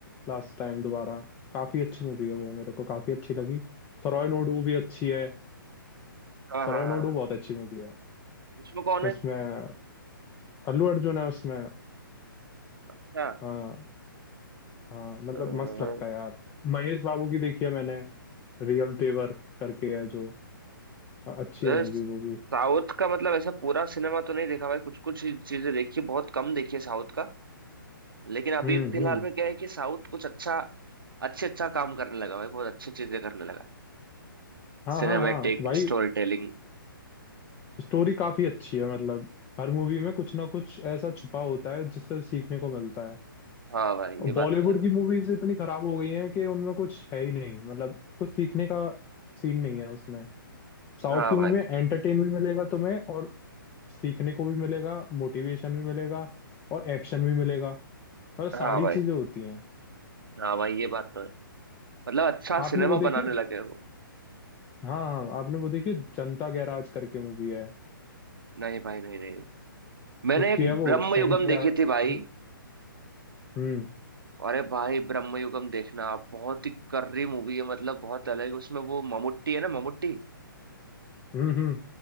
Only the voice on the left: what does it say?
लास्ट टाइम दोबारा काफी अच्छी मूवी है वो मेरे को काफी अच्छी लगी सरोज नोडू भी अच्छी है
सरोज
नोडू बहुत अच्छी मूवी है
उसमें
अल्लू अर्जुन है उसमें
हाँ हाँ मतलब
मस्त लगता है यार महेश बाबू की देखी है मैंने रियल तेवर करके है जो अच्छी
है मूवी वो भी
हम्म
हम्म
हाँ
हाँ हाँ भाई
स्टोरी काफी अच्छी है मतलब हर मूवी में कुछ ना कुछ ऐसा छुपा होता है जिससे सीखने को मिलता है
और
बॉलीवुड
की मूवीज इतनी खराब हो गई हैं कि उनमें कुछ है ही नहीं मतलब कुछ सीखने का सीन नहीं है उसमें साउथ
की
मूवी में एंटरटेन भी मिलेगा तुम्हें और सीखने को भी मिलेगा मोटिवेशन भी मिलेगा और एक्शन भी मिलेगा मतलब सारी
चीजें होती हैं
आपने
वो देखी
है
हाँ हाँ आपने वो देखी है जनता गैराज करके मूवी है
उसकी
है वो
एन टी
आर
जो हम्म
हम्म हम्म